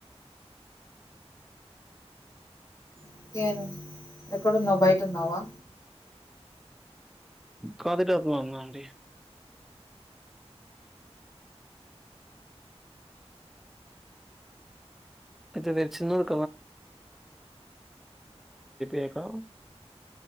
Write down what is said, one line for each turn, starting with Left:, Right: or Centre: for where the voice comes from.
Left: ఇంకేమి ఎక్కడున్నావ్ బయటున్నావా
Centre: కాదిడాప్ ఉన్నా అండి. అయితే మీరు చిన్నది <inaudible>